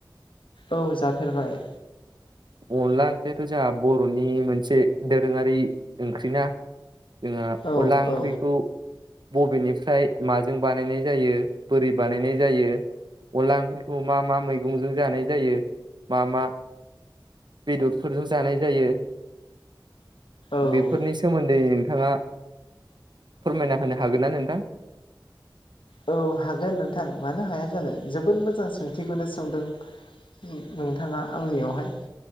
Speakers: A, on the left (about 85°); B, on the right (about 65°).
A: औ जाफेरबाय
B: अनला ओंख्रियाथ' जोंहा बर'नि मोनसे दोरोङारि ओंख्रि ना जोंहा
A: औ
B: अनला ओंख्रिखौ
A: औ
B: बबेनिफ्राय माजों बानायनाय जायो बोरै बानायनाय जायो। अनला ओंख्रिखौ मा मा मैगंजों जानाय जायो मा मा बेदरफोरजों जानाय जायो
A: औ
B: बेफोरनि सो मोन्दै नोंथाङा फोरमायना होनो हागोन ना नोंथां।
A: औ हागोन नोंथां मानो हाया जानो जोबोद मोजां सोंथिखौनो सोंदों। अम नोंथाङा आंनियावहाय